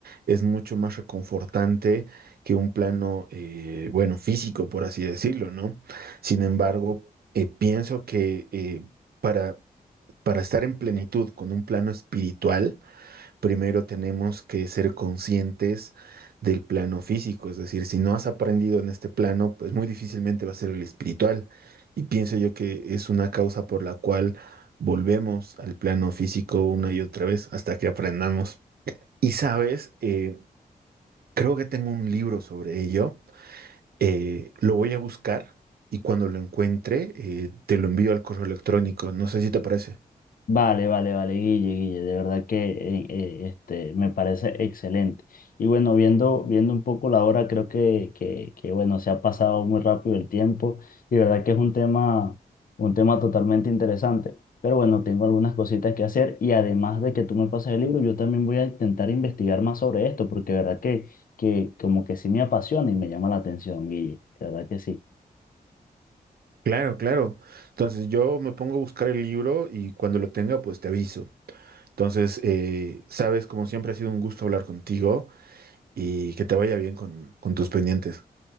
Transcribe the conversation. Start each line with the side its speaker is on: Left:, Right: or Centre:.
Right: es mucho más reconfortante que un plano, eh, bueno, físico, por así decirlo, ¿no? Sin embargo, eh, pienso que eh, para, para estar en plenitud con un plano espiritual, primero tenemos que ser conscientes del plano físico, es decir, si no has aprendido en este plano, pues muy difícilmente va a ser el espiritual. Y pienso yo que es una causa por la cual volvemos al plano físico una y otra vez hasta que aprendamos. Y sabes, eh, creo que tengo un libro sobre ello, eh, lo voy a buscar y cuando lo encuentre, eh, te lo envío al correo electrónico, no sé si te parece.
Left: Vale, vale, vale, Guille, Guille, de verdad que eh, eh, este, me parece excelente. Y bueno, viendo, viendo un poco la hora, creo que, que, que, bueno, se ha pasado muy rápido el tiempo y de verdad que es un tema, un tema totalmente interesante. Pero bueno, tengo algunas cositas que hacer y además de que tú me pases el libro, yo también voy a intentar investigar más sobre esto porque de verdad que, que como que sí me apasiona y me llama la atención, Guille, de verdad que sí.
Right: Claro, claro. Entonces yo me pongo a buscar el libro y cuando lo tenga, pues te aviso. Entonces, eh, sabes, como siempre ha sido un gusto hablar contigo y que te vaya bien con, con tus pendientes.